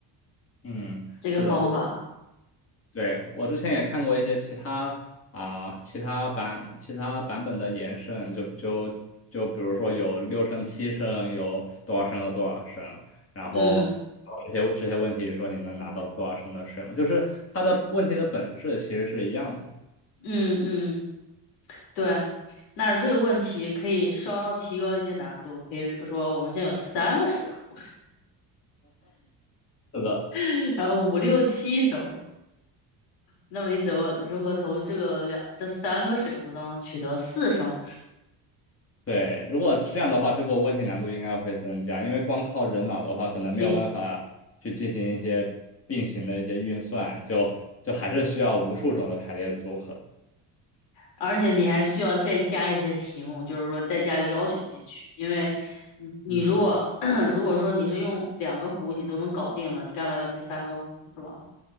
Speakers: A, on the left; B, on the left.
A: 嗯，
B: 这个方法，
A: 是的，我我对，我之前也看过一些其他啊、其他版、其他版本的延伸，就就就比如说有六升、七升，有多少升和多少升，然后
B: 嗯
A: 这些这些问题说你能拿到多少升的水吗？就是它的问题的本质其实是一样的。
B: 嗯嗯，对。那这个问题可以稍稍提高一些难度，可以比如说我们现在有三个水壶，
A: 是的。
B: <laughs> 然后五六七升，那么你怎么如何从这个两这三个水壶当中取得四升的水？
A: 对，如果这样的话，这个问题难度应该会增加，因为光靠人脑的话，可能没有办法去进行一些并行的一些运算，
B: 你
A: 就就还是需要无数种的排列组合。
B: 而且你还需要再加一些题目，就是说再加个要求进去，因为你你如果
A: 嗯
B: <clears throat> 如果说你是用两个弧你都能搞定了，你干嘛要第三个弧是吧？